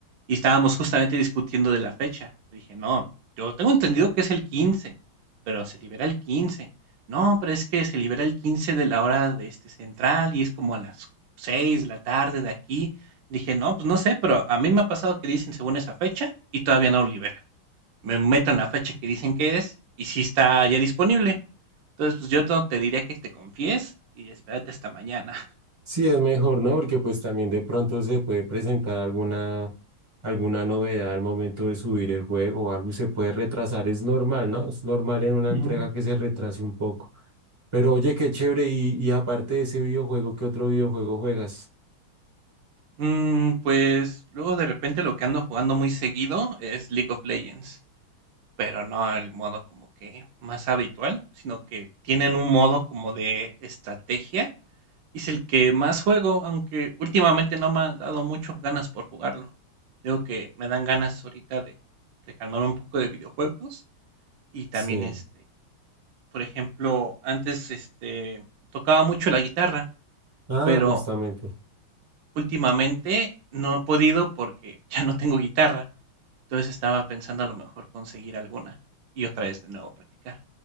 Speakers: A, on the right (about 70°); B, on the right (about 35°).
A: Y estábamos justamente discutiendo de la fecha. Le dije, no, yo tengo entendido que es el quince pero se libera el quince No, pero es que se libera el 15 de la hora de este central y es como a las 6 de la tarde de aquí. Dije, no, pues no sé, pero a mí me ha pasado que dicen según esa fecha y todavía no lo liberan. Me meto en la fecha que dicen que es y si está ya disponible. Entonces, pues, yo no te diría que te confíes y espérate hasta mañana.
B: Sí, es mejor, ¿no? Porque pues también de pronto se puede presentar alguna, alguna novedad al momento de subir el juego o algo y se puede retrasar. Es normal, ¿no? Es normal en una entrega
A: Ujú. <laughs>
B: que se retrase un poco. Pero oye, qué chévere. Y, y aparte de ese videojuego, ¿qué otro videojuego juegas?
A: Mm, pues, luego de repente lo que ando jugando muy seguido es League of Legends, pero no el modo como que más habitual, sino que tienen un modo como de estrategia. y Es el que más juego, aunque últimamente no me ha dado mucho ganas por jugarlo. Digo que me dan ganas ahorita de, de calmar un poco de videojuegos. Y también
B: Sí.
A: este, por ejemplo, antes este tocaba mucho la guitarra
B: Ah,
A: Pero
B: justamente.
A: últimamente no he podido porque <laughs> ya no tengo guitarra. Entonces estaba pensando a lo mejor conseguir alguna y otra vez de nuevo practicar.